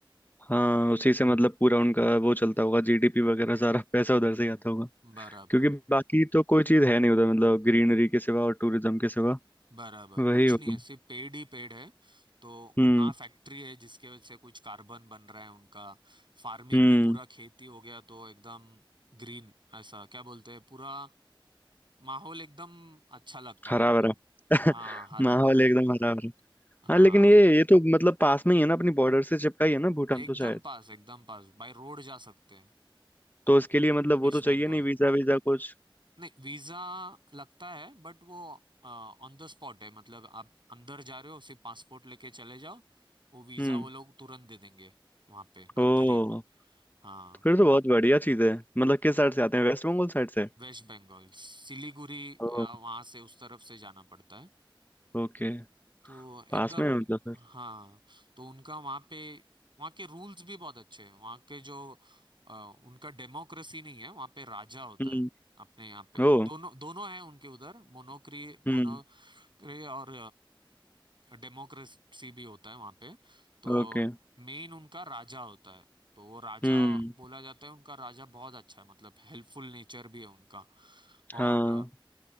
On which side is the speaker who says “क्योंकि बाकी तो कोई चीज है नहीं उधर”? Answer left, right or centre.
Left